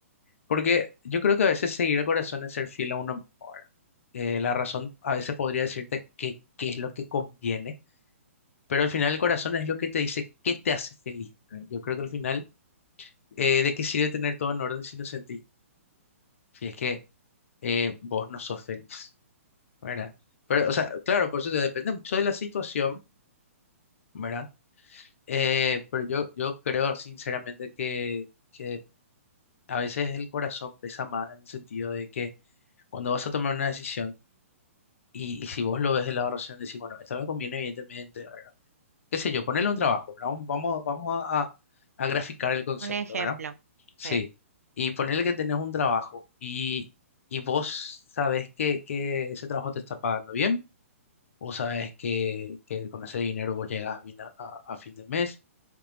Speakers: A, on the left (about 65°); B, on the right (about 85°).
A: Porque yo creo que a veces seguir el corazón es ser fiel a uno mismo, ¿verdad? Eh, la razón a veces podría decirte qué qué es lo que conviene, pero al final el corazón es lo que te dice qué te hace feliz, ¿verdad? Yo creo que al final, eh, ¿de qué sirve tener todo en orden si no sentís? Si es que eh, vos no sos feliz, ¿verdad? Pero, o sea, claro, por eso te depende mucho de la situación, ¿verdad? Eh, pero yo, yo creo sinceramente que, que a veces el corazón pesa más en el sentido de que cuando vas a tomar una decisión, Y, y si vos lo ves de la razón, decís, bueno, esto me conviene evidentemente, ¿verdad? qué sé yo, ponerle un trabajo, ¿verdad? Un- Vamos, vamos a, a- a graficar el concepto,
B: Un ejemplo.
A: ¿verdad? Sí.
B: Sí.
A: Y ponerle que tenés un trabajo y, y vos sabés que, que ese trabajo te está pagando bien, vos sabés que, que con ese dinero vos llegas bien a, a- a fin de mes,